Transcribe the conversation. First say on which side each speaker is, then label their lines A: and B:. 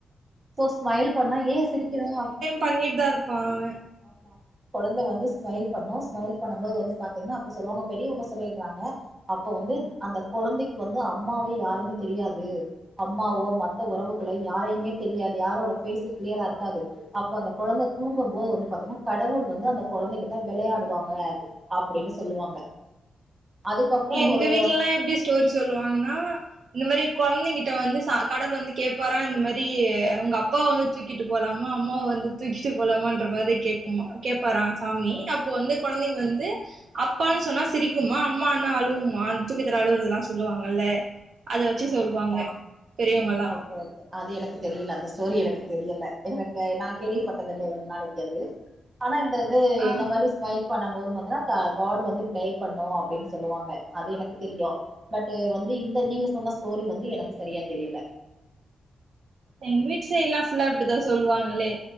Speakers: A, on the right (about 20°); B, on the right (about 60°).
A: சோ ஸ்மைல் பண்ணா ஏ சிரிக்கிறா
B: பண்ணிட் தா இருப்பா அவ
A: ஆமா கொழந்த வந்து ஸ்மைல் பண்ணு ஸ்மைைல் பண்ணும் போது வந்து பாத்தீங்கன்னா அப்ப சொல்லுவாங்க பெரியவங்க சொல்லியிருக்கறாங்க அப்ப வந்து அந்த கொழந்தைக் வந்து அம்மாவே யாருன் தெரியாது அம்மாவோ மத்த உறவுகளோ யாரையுமே தெரியாது யாரோட பேஸ்சு கிளியரா இருக்காது அப்ப அந்த கொழந்த தூங்கு போது வந்து பாத்தீன்னா கடவுள் வந்து அந்த கொழந்தைகிட்ட வெளையாடுவாங்க அப்டின்னு சொல்லுவாங்க அதுக்கப்புறோ
B: எங்க
A: ஒரு
B: வீட்லல்லா எப்டி ஸ்டோரி சொல்லுவாங்கன்னா இந்த மாரி கொழந்திங்கிட்ட வந்து கடவுள் வந்து கேட்பாரா இந்த மாரி உங்க அப்பாவ வந்து தூக்கிட்டு போலாமா அம்மாவ வந்து தூக்கிட்டு போலாமான்ற மாரி கேக்கும்மா கேப்பாரா சாமி அப்போ வந்து கொழந்தைங் வந்து அப்பான் சொன்னா சிரிக்குமா அம்மான் னா அழுவுமா தூக்கத்துல ஆழுவுறதல்லா சொல்லுவாங்கல்ல அத வச்சு
A: ஆ
B: சொல்லுவாங்க
A: ஆமா
B: பெரியவங்கல்லா
A: ஓ ஓகே அது எனக்கு தெரியல அந்த ஸ்டோரி எனக்கு தெரியல எனக்கு நா கேள்விப்பட்டதில்ல எவ்வளவு நாளைக்கு அது ஆனா இந்த அது
B: ஆ
A: இந்த மாரி மயில் பண்ண போது வந்துன்னா காட் வந்து ப்ளே பண்ணு அப்படின் சொல்லுவாங்க அது எனக்கு தெரியு பட்டு வந்து இந்த நீங்க சொன்ன ஸ்டோரி வந்து எனக்கு சரியா தெரியல
B: எங் வீட்டு சைல்லா ஃபுல்லா இப்படிதா சொல்லுவாங்களே